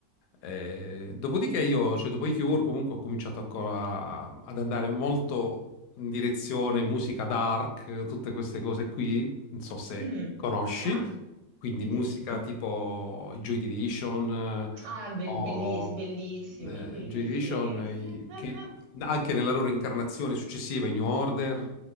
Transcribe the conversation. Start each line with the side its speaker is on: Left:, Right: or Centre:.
Left: Eh, dopodiché io, cioè dopo i Cure, comunque ho cominciato a co- a- ad andare molto in direzione musica dark, tutte queste cose qui, non so se
Right: Mm.
Left: conosci,
Right: Ah,
Left: quindi
Right: mm,
Left: musica
Right: mm.
Left: tipo i Joy Division eh,
Right: Ah, be-
Left: o
Right: belliss- bellissimi,
Left: eh,
Right: bellissimi.
Left: Joy Division eh,
Right: <laughs>
Left: i- che anche nella loro incarnazione successiva, i New Order,